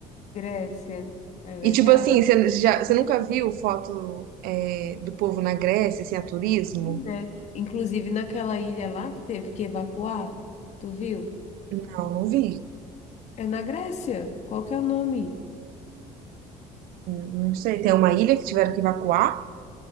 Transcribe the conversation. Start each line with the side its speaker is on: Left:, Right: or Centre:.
Left: Grécia, é verdade.
Right: E tipo assim, você já, você nunca viu foto é, do povo na Grécia, assim, a turismo?
Left: Assim, né? Inclusive naquela ilha lá que teve que evacuar, tu viu?
Right: Não, não vi.
Left: É na Grécia. Qual que é o nome?
Right: Não não sei. Tem uma ilha que tiveram que evacuar?